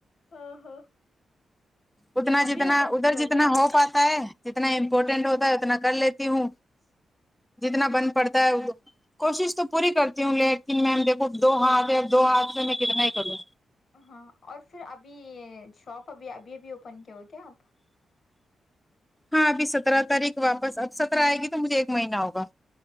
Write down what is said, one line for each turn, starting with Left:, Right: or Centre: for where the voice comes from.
Left: ہاں ہاں
Centre: اتنا
Left: ابھی
Centre: جتنا
Left: اوپن
Centre: ادھر
Left: کیے
Centre: جتنا
Left: کیا آپ
Centre: ہو پاتا ہے جتنا امپورٹینٹ ہوتا ہے اتنا کر لیتی ہوں جتنا بن پڑتا ہے وہ کوشش تو پوری کرتی ہوں لیکن میم دیکھو دو ہاتھ ہے دو ہاتھ سے میں کتنا ہی کروں
Left: ہاں اور پھر ابھی یہ شاپ ابھی ابھی ابھی اوپن کیا ہو کیا آپ
Centre: ہاں ابھی سترہ تاریخ واپس اب سترہ آئے گی تو مجھے ایک مہینہ ہوگا